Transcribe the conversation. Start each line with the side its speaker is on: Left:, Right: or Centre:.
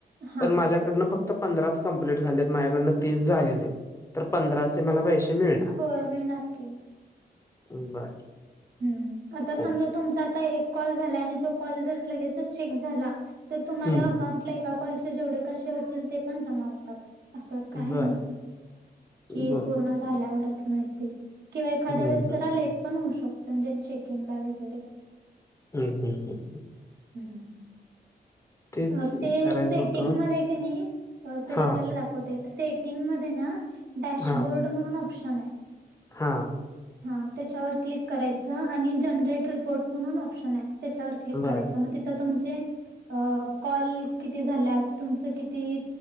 Right: हा.
Left: पण माझ्याकडनं फक्त त पंधराच कंप्लीट झालेत माझ्याकडनं तीस झाले नाही, तर पंधराचे मला पैसे मिळणार.
Right: होय मिळणार की.
Left: बर.
Right: हम्म, आता समजा
Left: ओके
Right: तुमचा आता एक कॉल झालाय आणि तो कॉल जर लगेचच चेक झाला. तर तुम्हाला
Left: हम्म
Right: अकाउंटला एका कॉलचे जेवढे कसे होतील ते पण जमा होतात. असं काय
Left: बर
Right: नाही, कि
Left: बर
Right: पूर्णच झाल्यावरच मिळतील, किंवा एखाद्या
Left: हम्म
Right: वेळेस
Left: हम्म
Right: जरा लेट पण होऊ शक चेकिंग ला वैगरे,
Left: हम्म हम्म हम्म
Right: हम.
Left: तेच
Right: अ ते
Left: विचारायचं
Right: सेटिंग
Left: होतं
Right: मधे कानी, तरी
Left: हा
Right: आपल्याला रा. सेटींग मध्ये डॅशबोर्ड
Left: हा
Right: म्हणून ऑप्शन हाय.
Left: हा
Right: हा त्याच्यावर क्लिक करायचं आणि जनरेट रिपोर्ट म्हणून ऑप्शन आहे. त्याच्यावर क्लिक
Left: बर
Right: करायच मग तिथं तुमचे कॉल किती झा तुमच किती